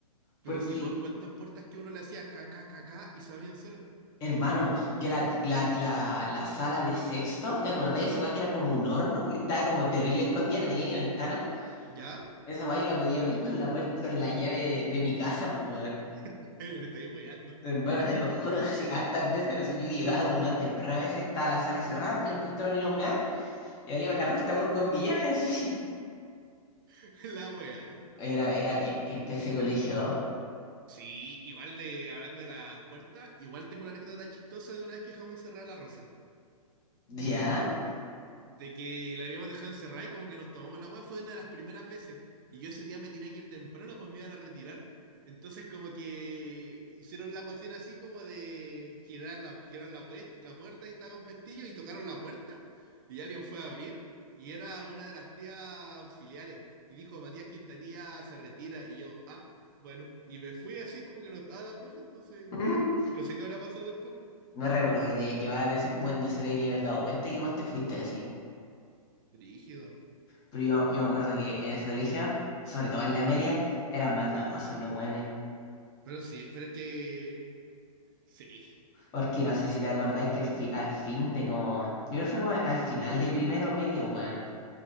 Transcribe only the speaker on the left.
Porque,
hermano, yo la, la, la, la sala de sexto, ¿te acordás? Esa weá que era como un horno y estaba como terrible escondida, no tenía ni ventana.
Esa guay yo la podía abrir con la puerta, con la llave de mi casa, pues, weón.
Hermano, te lo juro, <laughs> así hartas veces, no sé, yo llegaba como más temprano, a veces estaba la sala cerrada, que los inspectores ni nos meaban, y abríamos
la puerta vos con mi llave, <laughs> así.
Era, era bien penca ese colegio, ¿no?
¿Ya?
¿Mm?
No recuerdo que te hayan llevado la atención, bueno, no se deben ni haber dado cuenta que vos te fuiste así.
Pero yo, yo me acuerdo que en ese colegio, sobre todo en la media, eran maldadosos los weones.
Porque no
sé
si
te acordáis que el fi- al fin de como. Yo creo que fue como al final de primero medio, weón.